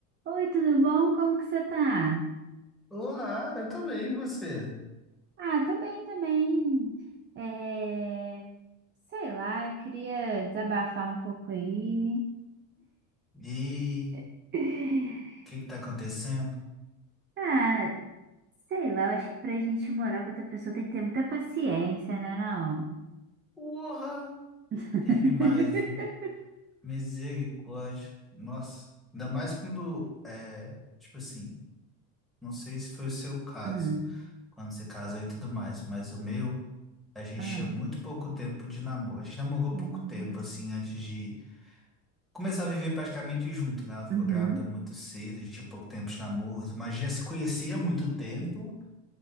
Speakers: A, on the right (about 25°); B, in the centre.
A: Oi, tudo bom? Como que você tá?
B: Olá, eu tô bem, e você?
A: Ah, tô bem também. É, sei lá, eu queria desabafar um pouco aí.
B: E
A: <laughs>
B: o que que tá acontecendo?
A: Ah, sei lá, eu acho que pra gente morar com outra pessoa tem que ter muita paciência, né, não?
B: Porra,
A: <laughs>
B: tem demais, viu? Misericórdia. Nossa, ainda mais quando é, tipo assim, não sei se foi o seu caso,
A: Hum.
B: quando você casou e tudo mais, mas o meu, a gente
A: Ah.
B: tinha muito pouco tempo de namoro. A gente namorou
A: Hum.
B: pouco tempo assim antes de começar a viver praticamente junto, né? Ela ficou
A: Uhum.
B: grávida muito cedo, a gente tinha pouco tempo de namoro, mas já se conhecia há muito tempo.